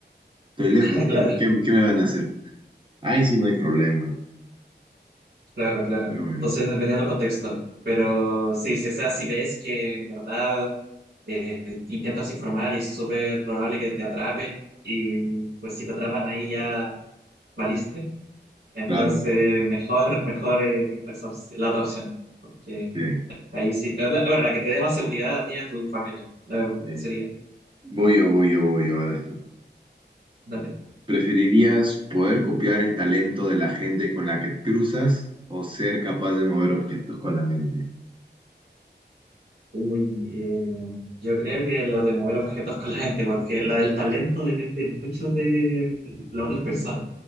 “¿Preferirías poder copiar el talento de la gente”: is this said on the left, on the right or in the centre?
Right